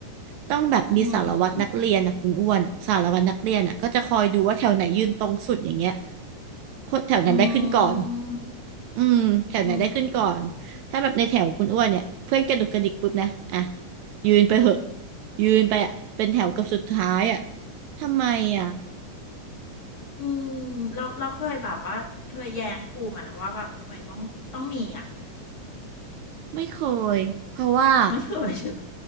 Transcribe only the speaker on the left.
อืม
อืม
อืม
อืมเราเราเคยแบบว่าเคยแย้งครูมาว่าแบบทำไมต้องต้องมีอ่ะ
ไม่เคยใช่ปะ